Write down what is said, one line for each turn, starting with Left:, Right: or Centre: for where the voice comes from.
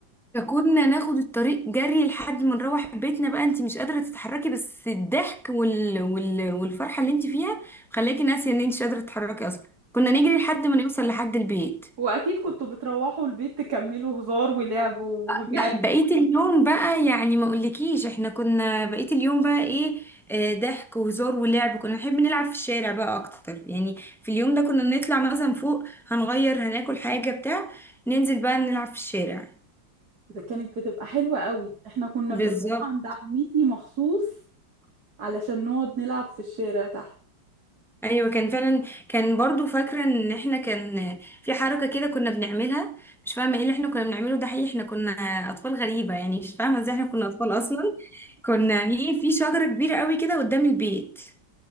Centre: فكنا ناخد الطريق جري لحد ما نروح بيتنا بقى انت مش قادره تتحركي بس الضحك وال... وال... والفرحه اللي انت فيها خلاكي ناسيه ان انت مش قادره تتحركي اصلا كنا
Right: <laughs>
Centre: نجري لحد ما نوصل لحد البيت
Right: واكيد كنتوا بتروحوا البيت تكملوا هزار ولعب وجري
Centre: لا بقيت اليوم بقى يعني ما اقولكيش احنا كنا بقيت اليوم بقى ايه آه، ضحك وهزار ولعب كنا نحب نلعب في الشارع بقى اكتر يعني في اليوم ده كنا نطلع مثلا فوق هنغير هناكل حاجة بتاع ننزل بقى نلعب في الشارع
Right: ده كانت بتبقى حلوة قوي احنا كنا
Centre: بالظبط
Right: بنروح عند عمتي مخصوص علشان نقعد نلعب في الشارع تحت
Centre: ايوه كان فعلا كان برضو فاكرة ان احنا كان في حركة كده كنا بنعملها مش فاهمة ايه اللي احنا كنا بنعمله ده حقيقي احنا كنا اطفال غريبة يعني مش فاهمة ازاي احنا كنا اطفال اصلا كنا في في شجرة كبيرة قوي كده قدام البيت